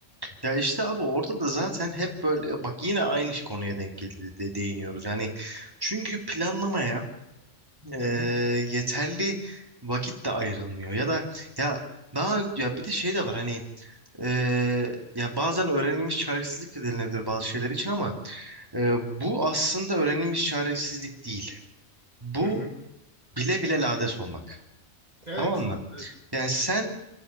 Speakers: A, on the right (about 20°); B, on the right (about 35°).
A: Ya işte abi orada da zaten hep böyle bak yine aynı konuya denk geldi de değiniyoruz. Yani çünkü planlamaya e,
B: Hı hı,
A: yeterli vakit de ayrılmıyor ya da ya daha ya bir de şey de var hani e, ya bazen öğrenilmiş çaresizlik de denilebilir bazı şeyler için ama e, bu aslında öğrenilmiş çaresizlik değil. Bu
B: hı hı.
A: bile bile lades olmak.
B: Evet.
A: Tamam mı?
B: Evet.
A: Yani sen